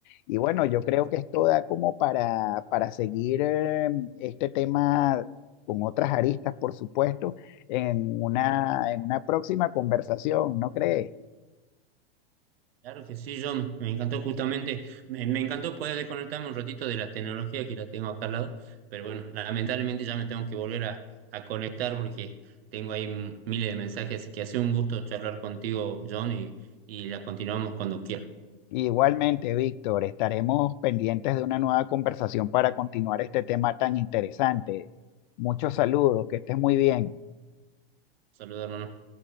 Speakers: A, on the left (about 50°); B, on the right (about 75°).
A: Y bueno, yo creo que esto da como para, para seguir eh, este tema con otras aristas, por supuesto, en una, en una próxima conversación, ¿no crees?
B: Claro que sí, John, me encantó justamente, me, me encantó poder desconectarme un ratito de la tecnología que la tengo acá al lado, pero bueno, lamentablemente ya me tengo que volver a, a conectar porque tengo ahí m- miles de mensajes, así que ha sido un gusto charlar contigo, John, y, y la continuamos cuando quiera.
A: Igualmente, Víctor, estaremos pendientes de una nueva conversación para continuar este tema tan interesante. Muchos saludos, que estés muy bien.
B: Saludos, hermano.